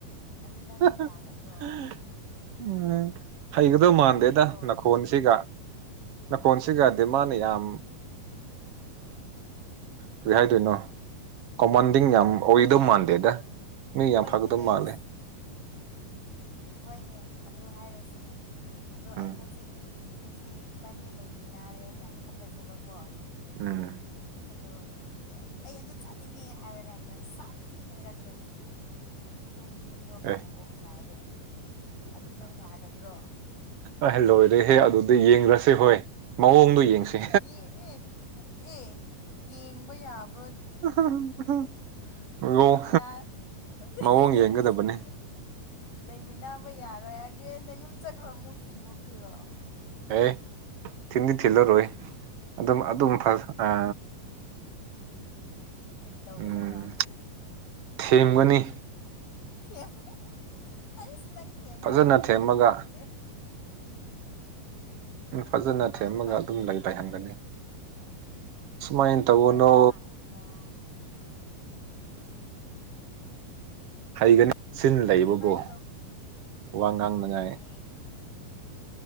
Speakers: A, on the left; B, on the right.
A: ꯑꯗꯨ ꯅꯪ
B: ꯎꯝ <unintelligible>
A: ꯌꯥꯒꯗ꯭ꯔꯣ
B: ꯍꯩꯒꯗꯧ ꯃꯥꯟꯗꯦꯗ
A: ꯋꯥꯔꯤꯕꯣ
B: ꯅꯥꯈꯣꯟꯁꯤꯒ ꯅꯥꯈꯣꯟꯁꯤꯒ ꯗꯤꯃꯥꯟ ꯌꯥꯝ ꯀꯔꯤ ꯍꯥꯏꯗꯣꯏꯅꯣ ꯀꯣꯃꯟꯗꯤꯡ ꯌꯥꯝ ꯑꯣꯏꯗꯧ
A: ꯑꯦ
B: ꯃꯥꯟꯗꯦꯗ ꯃꯤ
A: ꯑꯣꯏꯕꯅꯦ
B: ꯌꯥꯝ ꯐꯥꯒꯗꯧꯕ ꯃꯥꯜꯂꯦ
A: ꯏꯁ ꯍꯣꯏꯅꯦ ꯑꯗꯨ ꯍꯥꯏꯔꯁꯤꯅꯦ ꯑꯗꯣ
B: ꯎꯝ
A: ꯑꯩ ꯍꯧꯖꯤꯛ ꯍꯧꯖꯤꯛ ꯏꯕꯥꯅꯤ ꯂꯩꯃꯤ ꯅꯥꯔꯦꯅ ꯈꯜꯂꯁꯦꯕꯀꯣ
B: ꯎꯝ
A: ꯑꯗꯣ ꯍꯧꯖꯤꯛ ꯑꯩ ꯑꯗꯨ ꯆꯥꯅꯤꯡꯉꯦ ꯍꯥꯏꯔꯀꯥꯟꯗ ꯁꯠ ꯂꯩꯔꯛꯇ꯭ꯔꯗꯤ ꯑꯗꯨꯝ ꯌꯨꯝꯗꯣ ꯀꯥꯡꯀꯣꯡ
B: ꯑꯦ
A: ꯆꯥꯏꯔꯦ ꯑꯗꯨ ꯅꯪ ꯌꯥꯒꯗ꯭ꯔꯣ
B: ꯑꯦ ꯂꯣꯏꯔꯦꯍꯦ ꯑꯗꯨꯗꯤ ꯌꯦꯡꯔꯁꯤ ꯁꯤ ꯍꯣꯏ ꯃꯑꯣꯡꯗꯣ ꯌꯦꯡꯁꯤ
A: ꯌꯦ ꯑꯦ ꯑꯦ ꯌꯦꯡꯕ ꯌꯥꯕ
B: <unintelligible> ꯃꯑꯣꯡ
A: ꯌꯥ <unintelligible>
B: ꯃꯑꯣꯡ ꯌꯦꯡꯒꯗꯕꯅꯦ
A: <unintelligible> ꯂꯩꯃꯤꯟꯅꯕ ꯌꯥꯔꯣꯏ ꯍꯥꯏꯔꯗꯤ ꯑ ꯅꯌꯨꯝ ꯆꯠꯈ꯭ꯔꯣ ꯑꯃꯨꯛ ꯊꯤꯟꯗꯣꯛꯇꯣꯏꯔꯣ
B: ꯑꯦ ꯊꯤꯟꯗꯤ ꯊꯤꯜꯂꯔꯣꯏ ꯑꯗꯨꯝ ꯑꯗꯨꯝ
A: ꯅꯨꯄꯤ
B: ꯑꯥ
A: ꯎꯝ ꯀꯔꯤ ꯇꯧꯒꯗꯧꯕ
B: ꯎꯝ ꯊꯦꯝꯒꯅꯤ
A: ꯊꯦꯝꯕ ꯑꯩꯁ ꯅꯪ ꯊꯦꯝꯕ
B: ꯐꯖꯅ
A: ꯍꯩꯒꯗꯕ
B: ꯊꯦꯝꯃꯒ
A: ꯃꯥꯟꯂꯦ
B: ꯎꯝ ꯐꯖꯅ
A: ꯀꯃꯥꯏ
B: ꯊꯦꯝꯃꯒ
A: ꯀꯃꯥꯏꯅ
B: ꯑꯗꯨꯝ
A: ꯊꯦꯝꯗꯣꯏꯅꯣ
B: ꯂꯩꯥꯊꯍꯟꯒꯅꯤ ꯁꯨꯃꯥꯏ
A: ꯍꯩꯒꯗꯧꯕ
B: ꯇꯧꯒꯅꯣ
A: ꯃꯥꯟꯗꯦꯗ
B: ꯍꯩꯒꯅꯤ ꯁꯤꯟ ꯂꯩꯕꯕꯨ
A: ꯁꯨꯃꯥꯏꯅ
B: ꯋꯥ ꯉꯥꯡꯅꯉꯥꯏ
A: ꯑꯦ